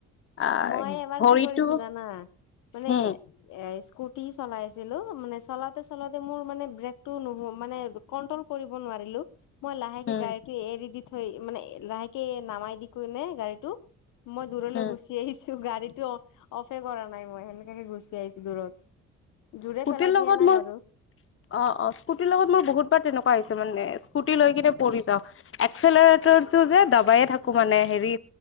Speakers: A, on the left; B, on the left.
A: আহ
B: মই এবাৰ
A: ভৰিটো
B: কি কৰিছো জানা মানে
A: হম
B: এ স্কুটি চলাই আছিলো মানে চলাওঁতে চলাওঁতে মোৰ মানে ব্ৰেক টো নো মানে কট্টল কৰিব নোৱাৰিলো মই লাহেকে
A: উম
B: গাড়ীতো এৰি দিলো সেই মানে লাহেকে নামাই দি কেনে গাড়ীটো মই দূৰলৈ
A: উম
B: গৈছো গুচি আহিছো গাড়ীটো অফে কৰা নাই মই সেনেকাকে গুচি আহিছো দূৰত জোৰে
A: স্কুটিৰ
B: পেলাই
A: লগত
B: দিয়া নাই
A: মোৰ
B: বাৰু
A: অ অ স্কুটিৰ লগত মোৰ বহুতবাৰ তেনেকুৱা হৈছে মানে স্কুটি লৈ কিনে পৰি যাওঁ এক্সেলৰেটৰটো যে দাবায়ে থাকো মানে হেৰি